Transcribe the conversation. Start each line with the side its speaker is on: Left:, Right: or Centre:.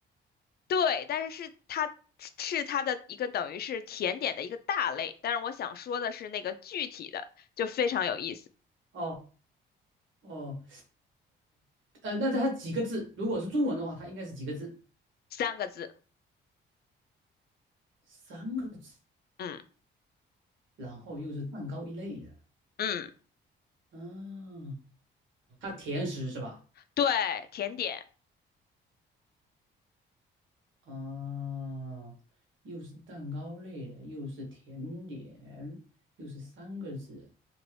Left: 对，但是是它是它的一个等于是甜点的一个大类，但是我想说的是那个具体的就非常有意思，
Right: 哦哦呃，那它几个字？如果是中文的话，它应该是几个字？
Left: 三个字，
Right: 三个字，
Left: 嗯
Right: 然后又是蛋糕一类的。
Left: 嗯，
Right: 啊，它甜食是吧？
Left: 对，甜点，
Right: 啊，又是蛋糕类的，又是甜点，又是三个字。